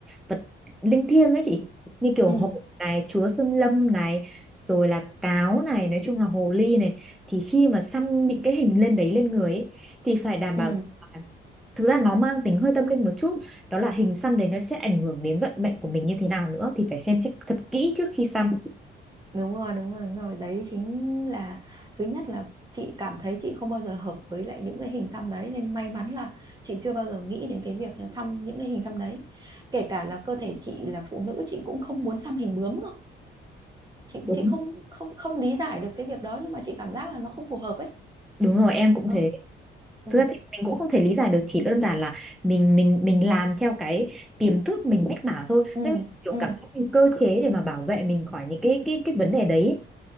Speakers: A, in the centre; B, on the right.
A: vật linh thiêng ấy chị như kiểu
B: ừ
A: hổ này chúa sơn lâm này rồi là cáo này nói chung là hồ ly này thì khi mà xăm những cái hình lên đấy lên người ấy, thì phải đảm
B: ừ
A: bảo thực ra nó mang tính hơi tâm linh một chút đó là hình xăm đấy nó sẽ ảnh hưởng đến vận mệnh của mình như thế nào nữa thì phải xem xét thật kỹ trước khi xăm
B: Đúng rồi, đúng rồi, đúng rồi. Đấy chính là thứ nhất là chị cảm thấy chị không bao giờ hợp với lại những cái hình xăm đấy nên may mắn là chị chưa bao giờ nghĩ đến cái việc xăm những cái hình xăm đấy. Kể cả là cơ thể chị là phụ nữ chị cũng không muốn xăm hình bướm cơ. Chị
A: Đúng.
B: chị không không không lý giải được cái việc đó nhưng mà chị cảm giác là nó không phù hợp ấy.
A: đúng rồi em cũng
B: Đó.
A: thế
B: Ừ.
A: thực ra thì mình cũng không thể lý giải được chỉ đơn giản là mình mình mình làm theo cái tiềm thức mình mách bảo thôi
B: Ừ,
A: nó như kiểu
B: ừ,
A: cảm giác như cơ chế để mà bảo vệ mình khỏi những cái cái cái vấn đề đấy